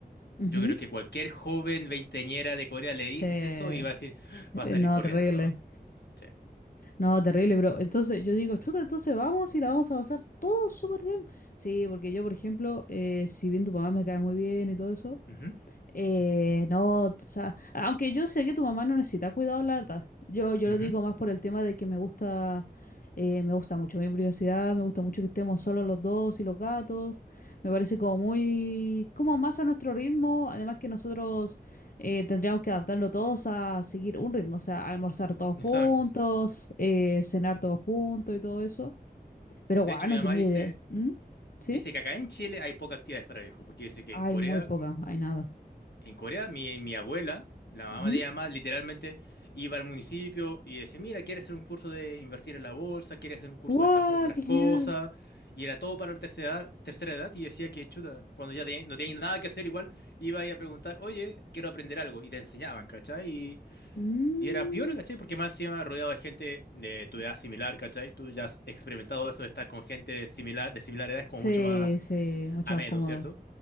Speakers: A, on the left (about 60°); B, on the left (about 85°).
A: Ujú.
B: yo creo que cualquier joven veinteñera de Corea le dices
A: Sí. Eh,
B: eso y va a decir, "Ah, va a salir
A: No,
B: corriendo,
A: terrible.
B: ¿no? Sí.
A: No, terrible, bro. Entonces yo digo, chuta, entonces vamos y la vamos a pasar todo súper bien. Sí, porque yo, por ejemplo, eh, si bien tu mamá me cae muy bien y todo eso,
B: Ujú,
A: Eh, no, o sea, aunque yo sé que tu mamá no necesita cuidado, la verdad. Yo, yo
B: ujú,
A: lo digo más por el tema de que me gusta, eh, me gusta mucho mi privacidad, me gusta mucho que estemos solos los dos y los gatos. Me parece como muy, como más a nuestro ritmo. Además que nosotros eh, tendríamos que adaptarlo todos a seguir un ritmo, o sea, almorzar todos
B: Exacto.
A: juntos, eh, cenar todos juntos y todo eso. Pero
B: De
A: guau,
B: hecho, mi
A: no
B: mamá
A: tenía
B: dice,
A: idea. ¿Mm? ¿Sí?
B: dice que acá en Chile hay pocas actividades para viejos, porque dice que
A: Hay
B: en Corea
A: muy poca, hay nada.
B: En Corea, mi, mi abuela, la mamá
A: Ujú.
B: de ella más, literalmente iba al municipio y decía, mira, quiere hacer un curso de invertir en la bolsa, quiere hacer un curso
A: ¡Guau!
B: de estas otras
A: ¡Qué
B: cosas,
A: genial!
B: y era todo para la tercera, tercera edad, y decía que chuta, cuando ya tenía- no tenía nada que hacer igual, iba ahí a preguntar, oye, quiero aprender algo, y te enseñaban, ¿cachai? Y,
A: Mm,
B: y era piola, ¿cachai? Porque más encima rodeado de gente de tu edad similar, ¿cachai? Tú ya has experimentado eso de estar con gente similar, de similar edad, es como
A: sí,
B: mucho más
A: sí, mucho
B: ameno,
A: más cómodo.
B: ¿cierto?